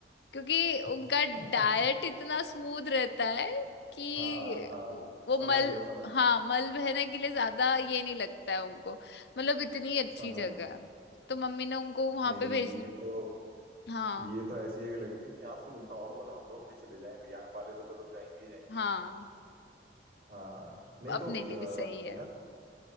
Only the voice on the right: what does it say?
<laughs>
हाँ हाँ
समझ
गया समझ गया
समझ
गया
नहीं नहीं
ये
तो
ये तो ऐसी जगह लग रही है कि यहाँ तो नॉर्मल हम लोग भी चले जाएं रियाब वाले तो चलो जाएंगे ही जाएंगे
हाँ नहीं
तो अ,
यार